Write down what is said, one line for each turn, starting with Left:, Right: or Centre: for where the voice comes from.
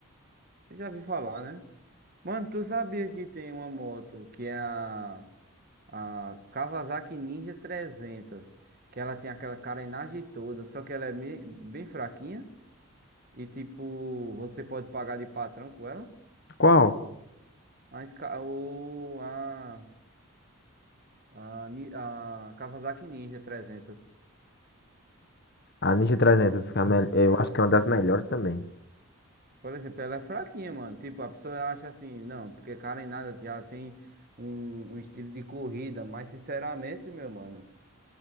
Right: Já vi falar, né? Mano, tu sabia que tem uma moto que é a, a Kawasaki Ninja 300, que ela tem aquela carenagem toda, só que ela é me- bem fraquinha e tipo, você pode pagar de patrão com ela?
Left: Qual?
Right: A, Ska- o, a, a, Ni- a Kawasaki Ninja 300.
Left: A Ninja 300, que é a mel-
Right: É.
Left: eu acho que é uma das melhores também.
Right: Por exemplo, ela é fraquinha, mano. Tipo, a pessoa acha assim, não, porque carenada já tem um, um estilo de corrida, mas sinceramente, meu mano.